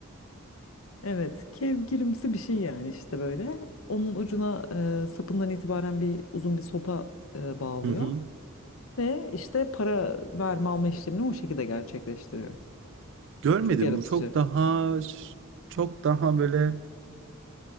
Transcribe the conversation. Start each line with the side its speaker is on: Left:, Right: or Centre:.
Left: Evet, kevgirimsi bir şey yani işte böyle. Onun ucuna e, sapından itibaren bir uzun bir sopa e, bağlıyor
Right: Hı hı.
Left: ve işte para verme alma işlemini o şekilde gerçekleştiriyor.
Right: Görmedim.
Left: Çok yaratıcı.
Right: Bu çok daha çok daha böyle